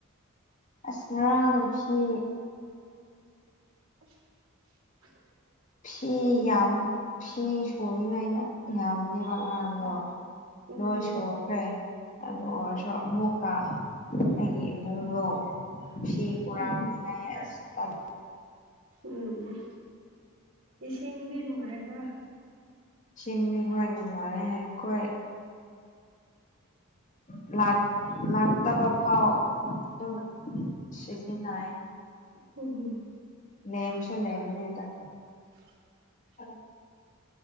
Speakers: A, on the left; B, on the right.
A: ꯑꯁ ꯉꯥꯔꯡ ꯂꯝꯁꯤ꯫
B: <unintelligible>
A: ꯐꯤ ꯌꯥꯝ ꯐꯤ ꯁꯨꯅꯤꯉꯥꯏ ꯌꯥꯝ ꯌꯥꯝꯕꯅꯦꯕ ꯉꯥꯔꯡꯗꯣ꯫
B: ꯎꯝ
A: ꯅꯣꯏ ꯁꯨꯈ꯭ꯔꯦ ꯑꯗꯨ ꯑꯣꯏꯔꯁꯨ ꯑꯃꯨꯛꯀ ꯑꯩꯒꯤ꯫ ꯏꯕꯨꯡꯉꯣ ꯐꯤ ꯄꯣꯔꯛꯅꯦ
B: ꯎꯝ
A: ꯍꯥꯏꯁ ꯇꯜ꯫
B: ꯎꯝ ꯎꯝ ꯏꯁꯤꯡꯗꯤ ꯅꯨꯡꯉꯥꯏꯕ꯭ꯔꯥ꯫
A: ꯆꯤꯡꯅꯤ ꯍꯣꯏ ꯅꯨꯡꯉꯥꯏꯔꯦ ꯑꯩꯈꯣꯏ꯫ ꯎ ꯂꯥꯛ ꯂꯥꯛ ꯇꯕ ꯐꯥꯎ꯫ ꯑꯗꯨꯝ ꯁꯤꯖꯤꯟꯏ꯫
B: ꯎꯝ
A: ꯂꯦꯃꯁꯨ ꯂꯦꯃꯕꯅꯤꯗ꯫
B: <inaudible>
A: ꯑꯣ꯫